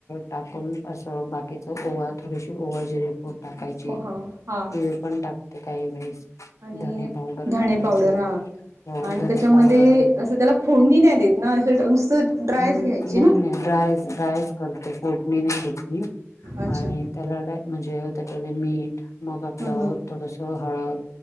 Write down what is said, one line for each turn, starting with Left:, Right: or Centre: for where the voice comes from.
Left: टाकून असं बाकीच ओवा थोडीशी ओवा जरे टाकायची
Right: ओ हा हा
Left: ते पण टाकते काही वेळेस.
Right: आणि
Left: धनी पावडर
Right: धणे
Left: टाकायची
Right: पावडर हा
Left: अ
Right: आणि
Left: धनी
Right: त्याच्यामध्ये
Left: पावडर
Right: असं त्याला फोडणी नाही देत ना असे नुसतं ड्रायच
Left: नाही
Right: घ्यायची ना
Left: नाही डाय ड्रायस करते फोडणी नाही घेत.
Right: अच्छा
Left: आणि त्याला म्हणजे त्याच्या मीठ मग
Right: हम्म
Left: आपलं.
Right: हम्म
Left: थोडस हळद.